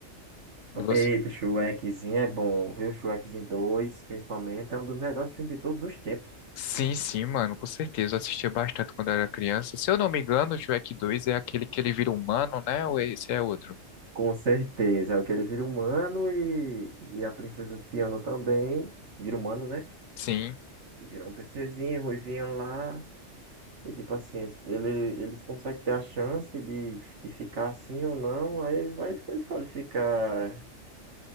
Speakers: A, on the left; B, on the right.
A: E você?
B: Eita, Shrekzinho é bom, viu? Shrekzinho dois principalmente, é um dos melhores filmes de todos os tempos.
A: Sim, sim, mano, com certeza. Eu assistia bastante quando eu era criança. Se eu não me engano, o Shrek 2 é aquele que ele vira humano, né? Ou esse é outro?
B: Com certeza, é o que ele vira humano e, e a princesa Fiona também vira humano, né?
A: Sim,
B: Virou um princesinha, ruivinha lá. E tipo assim, eles, ele, eles conseguem ter a chance de, de ficar assim ou não. Aí eles vai escolhe ficar